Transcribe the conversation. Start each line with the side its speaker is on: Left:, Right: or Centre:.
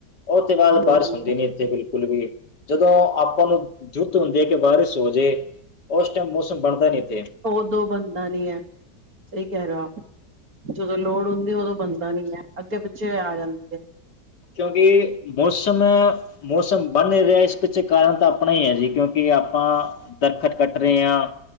Left: ਉਹ ਤੇ ਬਾਅਦ
Right: ਹਮ ਹਮ
Left: ਬਾਰਿਸ਼ ਹੁੰਦੀ ਨੀ ਇੱਥੇ ਬਿਲਕੁਲ ਵੀ ' <inaudible> ' ਜਦੋਂ ਆਪਾਂ ਨੂੰ ਜੋ ਤੁਹਾਨੂੰ ਦੇਖ ਬਾਰਿਸ਼ ਹੋ ਜੇ ਉਸ ਟਾਈਮ ਮੌਸਮ ਬਣਦਾ ਨੀ ਇੱਥੇ
Right: ਉਦੋ ਬੰਦਾ ਨੀ ਐ। ਸਹੀ ਕਹਿ ਰਹੇ ਹੋ ਆਪ, ਜਦੋਂ ਲੋੜ ਹੁੰਦੀ। ਉਦੋਂ ਬਣਦਾ ਨੀ ਐ, ਅੱਗੇ ਪਿੱਛੇ ਆ ਜਾਂਦੀ ਹੈ।
Left: ਕਿਉਂਕਿ ਮੌਸਮ-ਮੌਸਮ ਬਣ ਨੀ ਰਿਹਾ। ਇਸ ਪਿੱਛੇ ਕਾਰਨ ਤਾਂ ਆਪਣਾ ਹੀ ਹੈ ਜੀ, ਕਿਉਂਕਿ ਕਿ ਆਪਾਂ ਦਰਖਤ ਕੱਟ ਰਹੇ ਆ